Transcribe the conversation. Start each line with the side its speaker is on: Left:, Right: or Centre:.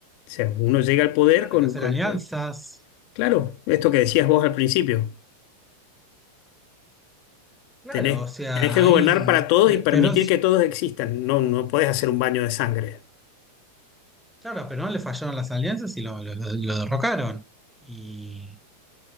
Left: O sea, uno llega al poder
Centre: claro,
Left: con,
Centre: hay que hacer
Left: con-
Centre: alianzas.
Left: eh, claro, esto que decías vos al principio,
Centre: Claro,
Left: tenés,
Centre: o sea,
Left: tenés que gobernar
Centre: ahí
Left: para todos
Centre: Pe-
Left: y permitir
Centre: Perón,
Left: que todos existan. No, no podés hacer un baño de sangre.
Centre: claro, a Perón le fallaron las alianzas y lo, lo- lo- lo derrocaron. Y,